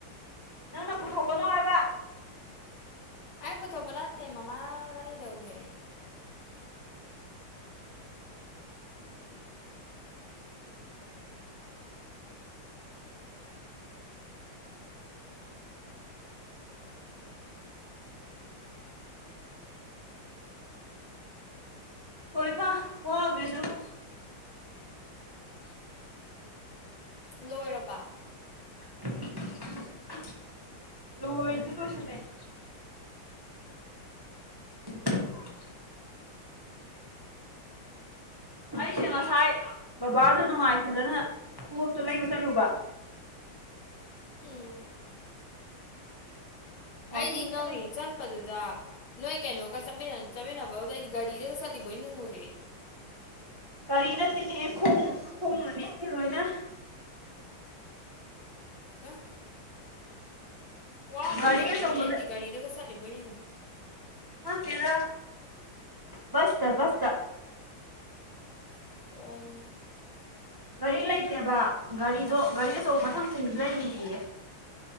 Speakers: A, on the right; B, on the left.
A: ꯅꯪꯅ ꯄꯨꯊꯣꯛꯀꯅꯣ ꯍꯥꯏꯕ
B: ꯑꯩ ꯄꯨꯊꯣꯛꯄ ꯅꯠꯇꯦ ꯃꯃꯥ ꯂꯩꯗꯧꯕꯅꯦ
A: ꯍꯣꯏꯃ ꯋꯥꯒ꯭ꯔꯦꯗꯀꯣ <unintelligible>
B: ꯂꯣꯏꯔꯕꯥ
A: <unintelligible> ꯂꯣꯏꯗꯤ ꯂꯣꯆꯁꯜꯂꯛꯑꯦ <unintelligible> ꯑꯩꯁꯦ ꯉꯁꯥꯏ ꯕꯕꯥꯗꯣ ꯅꯨꯡꯉꯥꯏꯇꯗꯅ ꯈꯣꯡꯎꯞꯇꯨ ꯂꯩꯕ ꯆꯠꯂꯨꯕ
B: ꯎꯝ
A: ꯋꯥꯛꯀꯤꯡ
B: ꯑꯩꯗꯤ ꯅꯪ
A: ꯆꯦꯟꯕꯒꯤ
B: ꯆꯠ ꯆꯠꯄꯗꯨꯗ ꯅꯣꯏ ꯀꯩꯅꯣꯒ ꯆꯠꯃꯤ ꯆꯠꯃꯤꯟꯅꯕꯗꯗꯤ ꯒꯥꯔꯤꯗꯒ ꯆꯠꯂꯤꯕꯣꯏ ꯅꯤꯡꯉꯨꯔꯦ
A: ꯀꯒꯥꯔꯤ ꯅꯠꯇꯦꯅꯦꯍꯦ ꯈꯣꯡ ꯈꯣꯡꯉꯅꯤ ꯂꯣꯏꯅ
B: ꯑ ꯋꯥꯕ
A: ꯒꯥꯔꯤ
B: ꯂꯣꯏꯔꯅꯤ
A: ꯑꯆꯧꯕ
B: ꯑꯩꯗꯤ ꯒꯥꯔꯤꯗꯒ ꯆꯠꯂꯤꯕꯣꯏꯅꯤꯅꯦ
A: ꯅꯇꯦꯗ ꯕꯁꯇ ꯕꯁꯇ
B: ꯑꯣ
A: ꯒꯥꯔꯤ ꯂꯩꯇꯦꯕ ꯒꯥꯔꯤꯗꯣ ꯒꯥꯔꯤ ꯑꯆꯧꯕ ꯃꯊꯪꯁꯤꯡ ꯂꯩꯅꯤꯌꯦ